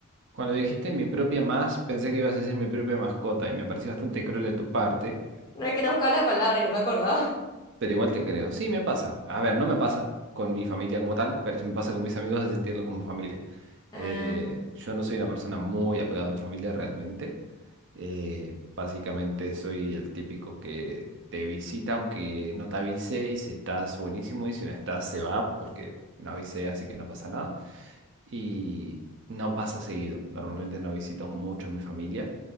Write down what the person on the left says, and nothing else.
No hay que no buscar la palabra y no me acordaba.
Ah,